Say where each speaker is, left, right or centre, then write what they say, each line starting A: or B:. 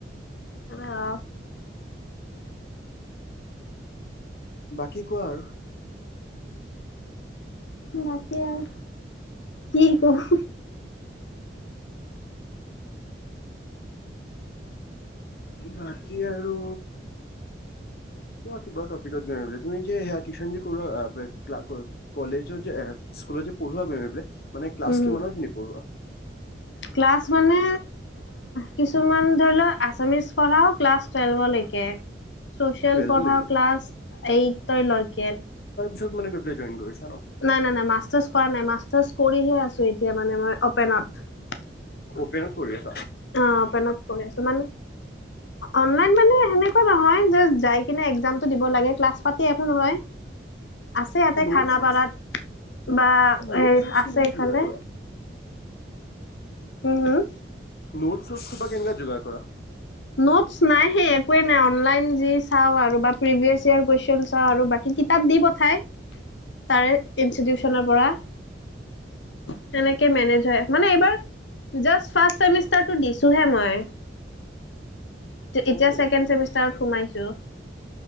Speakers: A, on the left; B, on the left.
A: অহ।
B: বাকী কোৱা আৰু।
A: তাকে আৰু কি কম।
B: বাকী আৰু। ক কিবা টপিকত গৈ তুমি যে সয়া টিউশন যে কলেজৰ যে। স্কুলত যে পঢ়োৱা মে ক্লা
A: উম।
B: কিমানৰ খিনি পঢ়োৱা।
A: ক্লাছ মানে কিছুমান ধৰি লও আচামিচ পঢ়াও ক্লাছ টোলভ। চুচিএল
B: টুৱেলভলৈকে
A: পঢ়া ক্লাছ এইট লৈকে।
B: চব মান গৈ পেলাই জইন কৰিছে।
A: নাই নাই নাই মাৰ্চটাচ কৰা নাই মাচটাচ কৰিহে আছো এতিয়া মান মই অপেনত।
B: পেৰন কৰি আছে।
A: অ অপেনত পঢ়ি আছো মানে অনলাইন মানে এনেকে নহ কিনে একজামটো দিব লাগ ক্লাছ পাটি একো নহয়। আছে ইয়াতে
B: নোট
A: খানাপাৰাত
B: চোটছ
A: বা
B: নোট
A: এই
B: চোটছ
A: আছে
B: কেনেকুৱা
A: ইফালে।
B: যোগাৰ কৰা?
A: Home home.
B: নোট চোট খুবা কেনেকা যোগাৰ কৰা।
A: নোটছ নাই সেই একোৱে নাই অনলাইন যি চাওঁ আৰু প্ৰিভিয়াছ কোএচন। আৰু বাকী কিতাপ দি পঠাই তাৰে ইনষ্টিটিউচনৰ পৰা। সেনেকে মেনেজ হয় মানে এইবাৰ। জাষ্ট ফাৰ্ষ্ট চেমিষ্টাৰটো দিছোঁহে মই। এতিয়া
B: অ'
A: ছেকেণ্ড চেমিষ্টাৰত সোমাইছো।